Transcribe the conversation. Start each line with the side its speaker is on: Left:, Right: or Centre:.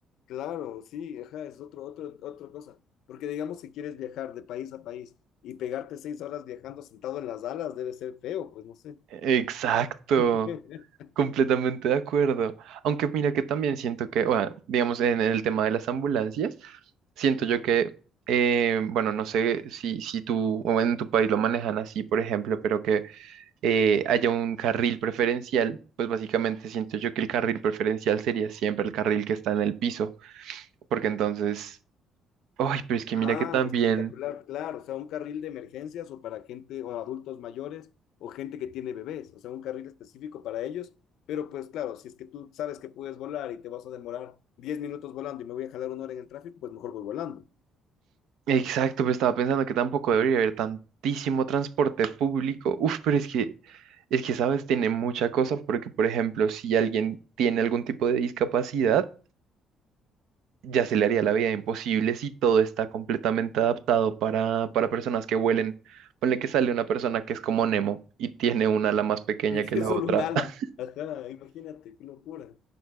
Left: Claro, sí, ajá, es otro, otro, otra cosa. Porque digamos si quieres viajar de país a país y pegarte seis horas viajando sentado en las alas debe ser feo, pues no sé.
Right: Exacto.
Left: <laughs>
Right: Completamente de acuerdo. Aunque mira que también siento que, bueno, digamos en el tema de las ambulancias, siento
Left: Ujú.
Right: yo que, eh, bueno, no sé si, si tú o en tu país lo manejan así, por ejemplo, pero que eh, haya un carril preferencial, pues básicamente siento yo que el carril preferencial sería siempre el carril que está en el piso, porque entonces, ay, pero es que mira
Left: Ah,
Right: que también...
Left: espectacular, claro, o sea, un carril de emergencias o para gente o adultos mayores o gente que tiene bebés, o sea, un carril específico para ellos, pero pues claro, si es que tú sabes que puedes volar y te vas a demorar 10 minutos volando y me voy a jalar una hora en el tráfico, pues mejor voy volando. <laughs>
Right: Exacto, pero estaba pensando que tampoco debería haber tantísimo transporte público. Uf, pero es que, es que, ¿sabes? Tiene mucha cosa porque, por ejemplo, si alguien tiene algún tipo de discapacidad, ya se le haría la vida imposible si todo está completamente adaptado para, para personas que vuelen. Ponle que sale una persona que es como Nemo y tiene una ala más pequeña
Left: Y tienes
Right: que la
Left: solo
Right: otra.
Left: un ala,
Right: <laughs>
Left: ajá, imagínate, qué locura.